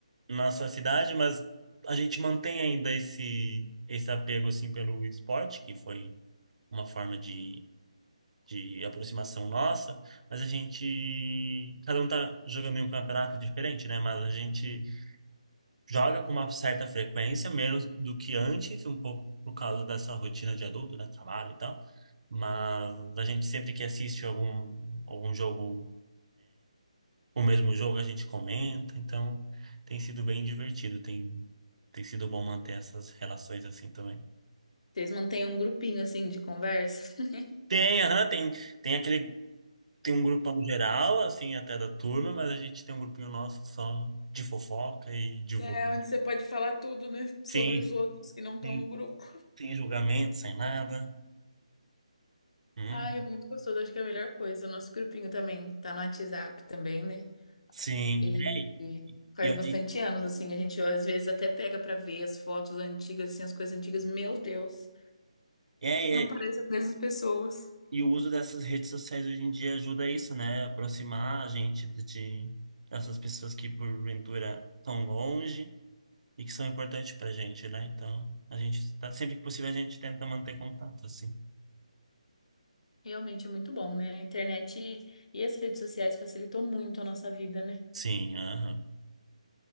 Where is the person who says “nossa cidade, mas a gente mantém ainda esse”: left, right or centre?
Right